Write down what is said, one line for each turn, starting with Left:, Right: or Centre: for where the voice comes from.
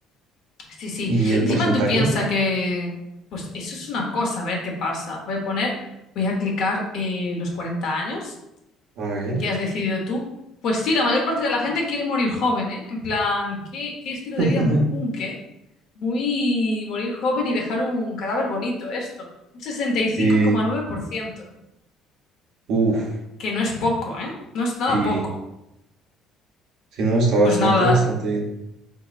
Left: sí, sí.
Right: ¿Y el
Left: Encima
Right: porcentaje?
Left: tú piensas que, pues eso es una cosa, a ver qué pasa. Voy a poner, voy a clicar eh, los 40 años.
Right: A ver.
Left: que has decidido tú. Pues sí, la mayor parte de la gente quiere morir joven, ¿eh? En plan, qué, qué estilo
Right: <laughs>
Left: de vida muy punk, ¿eh? Muy morir joven y dejar un cadáver bonito, esto. Un sesenta y cinco
Right: Sí,
Left: coma nueve por ciento
Right: uff,
Left: que no es poco, ¿eh? No es nada
Right: sí,
Left: poco.
Right: sí, no, está bastante,
Left: Pues nada,
Right: bastante bien.